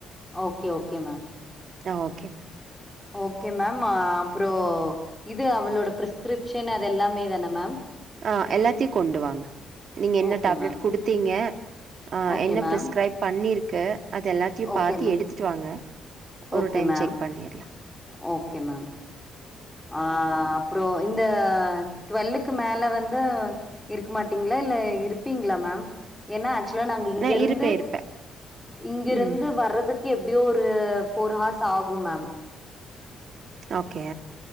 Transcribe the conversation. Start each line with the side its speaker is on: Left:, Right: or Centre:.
Centre: ஓகே ஓகே மேம்
Right: ஆ ஓகேமா
Centre: ஓகே மேம் அ அப்றோ இது அவளோட ப்ரிஸ்கிரிப்ஷன் அது எல்லாமேதான மேம்
Right: ஆ எல்லாத்தயு கொண்டு வாங்க நீங்க என்ன
Centre: ஓகே
Right: டேப்லெட்
Centre: மேம்
Right: குடுத்தீங்க ஆ
Centre: ஓகே
Right: என்ன
Centre: மேம்
Right: பிரிஸ்கரைப் பண்ணிருக்கு அது எல்லாத்தையு
Centre: ஓகே
Right: பாத்து
Centre: மேம்
Right: எடுத்துட்டு வாங்க ஒரு
Centre: ஓகே
Right: டைம்
Centre: மேம்
Right: செக் பண்ணிர்லா
Centre: ஓகே மேம் ஆ அப்றோ இந்த டுவெல்லுக்கு மேல வந்து இருக்க மாட்டீங்ளா இல்ல இருப்பீங்ளா மேம் ஏனா ஆக்சுலா நாங்க இங்கிருந்து
Right: நான் இருப்பேன் இருப்பேன்
Centre: இங்கிருந்து
Right: ம்
Centre: வர்றதுக்கு எப்டியோ ஒரு ஃபோர் ஹார்ஸ் ஆகும் மேம்
Right: ஓகே